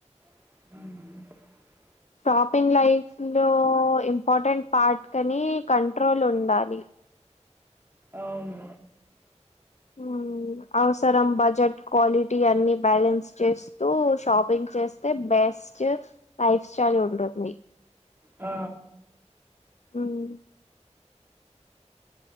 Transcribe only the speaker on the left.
షాపింగ్ లైఫ్ లో ఇంపార్టెంట్ పార్ట్ కానీ కంట్రోల్ ఉండాలి.
ఆ అవసరం బడ్జెట్ క్వాలిటీ అన్ని బ్యాలెన్స్ చేస్తూ షాపింగ్ చేస్తే బే బెస్ట్ లైఫ్ స్టైల్ వుంటుంది
ఉమ్